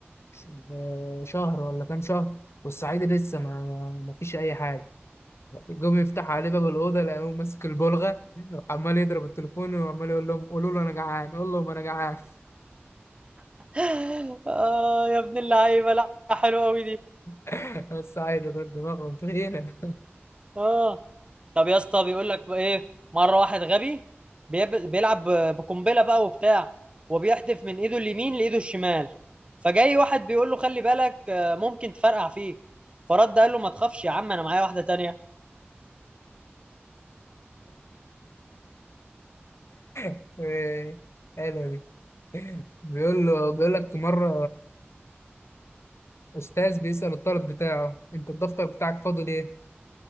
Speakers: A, on the left (about 85°); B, on the right (about 25°).
A: ش- آه، شهر ولا كام شهر والصعيدي لسه ما ما فيش اي حاجه جم يفتح عليه باب الاوضه لقوه ماسك البلغه عمال يضرب التليفون وعمال يقول لهم قولوا له انا جعان قول لهم انا جعان
B: <laughs> اه يا ابن اللعيبه لا حلوه قوي دي
A: <laughs> الصعيدي دول دماغهم تخينه
B: اه طب يا اسطى بيقول لك بقى ايه مره واحد غبي بيب... بيلعب ب- بقنبله بقى وبتاع وبيحدف من ايده اليمين لايده الشمال فجاي واحد بيقول له خلي بالك آه، ممكن تفرقع فيك فرد قال له ما تخافش يا عم انا معايا واحده تانية
A: <laughs> حلوه دي بيقول له بيقول لك مرة أستاذ بيسأل الطالب بتاعه أنت الدفتر بتاعك فاضي ليه؟